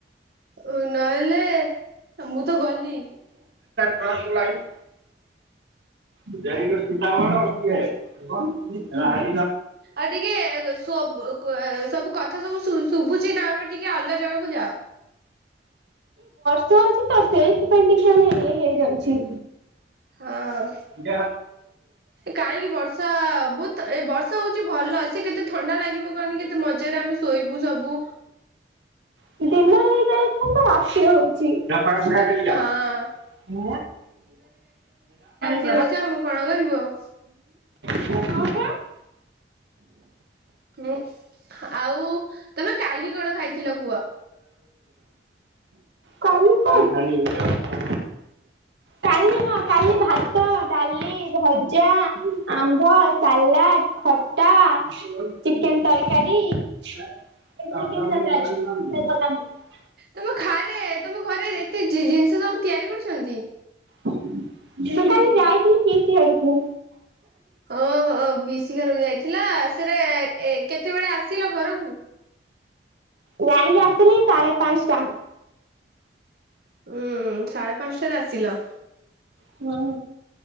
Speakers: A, on the right; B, on the right.
A: ଉ ନହେଲେ ମୁଁ ତ ଗଲି
B: ଆସ ଭ <unintelligible> ୂଜାର ସୀତା ବଡ କିଏ <unintelligible>
A: ଆଉ ଟିକେ ସବ ସବୁ କଥା ସବୁ ଶୁଭୁଛି ତ ଆମେ ଟିକେ ଅଲଗା ଜାଗାକୁ ଯାଅ
B: ଛି ତ ସେଇଥିପାଇଁ ଟିକେ ଇଏ ହେଇଯାଉଛି।
A: ହଁ।
B: ହଁ <unintelligible>
A: କାହିଁକି ବର୍ଷା ବହୁତ ଏ ବର୍ଷା ହଉଛି ଭଲ ସେ କେତେ ଥଣ୍ଡା ଲାଗିବ କହନି କେତେ ମଜାରେ ଆମେ ଶୋଇବୁ ସବୁ
B: ହେଇ ଯାଇଥାନ୍ତା ରାତିରେ ହଉଛି ଏା ପରଳପରାା
A: ହଁ।
B: ମ <unintelligible>
A: ରହୁଛ ଆମଁ କଣ କରିବୁ ଆଉ
B: ହଁ ପା
A: ହୁଁ <inaudible> ଆଉ ତମେ କାଲି କଣ ଖାଇଥିଲ କୁହ
B: କାହିଲି ପା କାଲି ହଁ କାଲି ଭାତ ଡାଲି ଭଜା ଆମ୍ବ ସାଲାଡ ଖଟା ଚିକେନ ତରିକାରୀ <unintelligible>
A: ତମ ଖାଇ ଆରେ ତମ ଘରେ ଏତେ ଜିନିଷ ସବୁ ତିଆରି କରୁଛନ୍ତି।
B: ଝୁନ କାଲି ଯାଇଥିଲି ପିଇସୀ ଘରକୁ।
A: ଓହୋ ପିଇସି ଘରକୁ ଯାଇଥିଲ ଏସେରେ ଏ କେତେବେଳେ ଥିଲ ଘରକୁ
B: ଯାାଇଁକି ଆସିଲି ସାଢେ ପାନସ୍ଟା।
A: ଉଁ ସାଢେ ପାନଷ୍ଟାରେ ଆସିଲ।
B: ହୁଁ